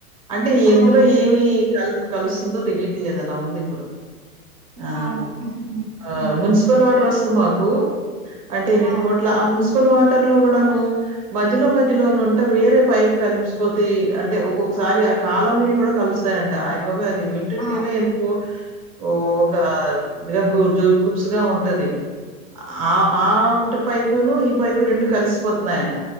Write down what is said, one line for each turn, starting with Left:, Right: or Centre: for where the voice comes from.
Right: అంటే ఎందులో
Left: అవును
Right: ఏమి క కలుస్తుందో తెలిట్లేదు అలా ఉంది ఇప్పుడు ఆ
Left: అవును
Right: అ
Left: హ్మ్
Right: మున్సిపల్ వాటర్ వస్తది మాకు అంటే
Left: ఆ
Right: రెండుబూట్ల ఆ మున్సిపల్ వాట్ వాటర్ లో గూడాను మధ్యలో మధ్యలో నుంటే వేరే పైప్ కలిపిసిపోతాయి అంటే ఒక్కొక్కసారి కాలవనీళ్లు కూడా కలుస్త స్తయంటా అయిబాబాయ్ అది వింటుంటేనే
Left: ఆ
Right: ఎంతో ఓ ఒకా గ్రాగు జోగూప్స్ గా ఉంటది ఆ ఆవుటు పైపును ఈ పైపు రెండు కలిసిపోతున్నాయంట